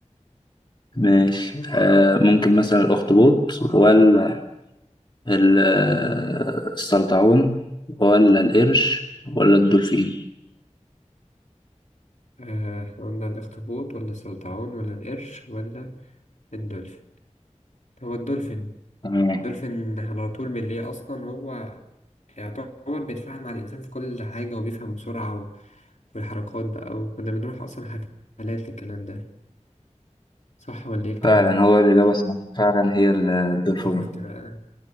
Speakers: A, on the left; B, on the left.
A: ماشي آه ممكن مثلا الأخطبوط ولا ال- آه، السلطعون ولا القرش ولا الدولفين
B: آه، احنا قلنا الاخطبوط ولا السلطعون ولا القرش ولا الدولفين هو الدولفين
A: تمام
B: دولفين على طول بالليل أصلا هو يعتبر بيتفاعل مع الإنسان في كل حاجة وبيفهم بسرعة و- والحركات بقى وكنا بنروح أصلا حفلات للكلام ده صح ولا إيه الكلام؟
A: فعلا هو الإجابة صح فعلا هي ال- الدولفين
B: شفت بقى